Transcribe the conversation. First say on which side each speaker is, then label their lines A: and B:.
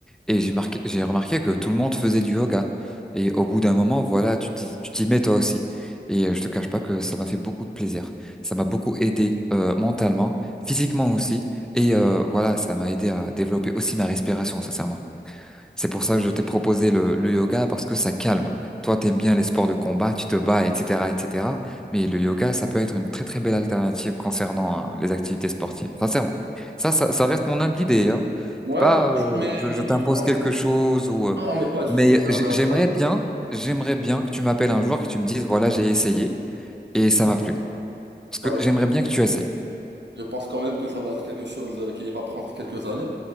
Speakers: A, in the centre; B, on the right (about 85°).
A: et j'ai marqué, j'ai remarqué que tout le monde faisait du yoga. Et au bout d'un moment, voilà, tu t'y tu t'y mets toi aussi. Et euh, je te cache pas que ça m'a fait beaucoup de plaisir. Ça m'a beaucoup aidé euh, mentalement, physiquement aussi. Et euh, voilà, ça m'a aidé à développer aussi ma respiration, sincèrement. C'est pour ça que je t'ai proposé le, le yoga parce que ça calme. Toi, t'aimes bien les sports de combat, tu te bats, etc., etc. Mais le yoga, ça peut être une très très belle alternative concernant hein, les activités sportives. Sincèrement, ça, ça, ça reste mon humble idée. Hein.
B: Ouais,
A: C'est pas,
B: bien
A: euh,
B: sûr, mais,
A: je,
B: mais
A: je t'impose
B: je pense,
A: quelque chose ou. euh,
B: non, mais pas du
A: mais
B: tout. Mais
A: j'ai-
B: on est
A: j'aimerais
B: en train-
A: bien, j'aimerais bien que tu m'appelles un jour, que tu me dises, voilà, j'ai essayé et ça m'a plu. Parce
B: Bah,
A: que
B: écoute,
A: j'aimerais bien que tu essayes.
B: Je pense quand même que ça va être quelque chose euh, qui va prendre quelques années.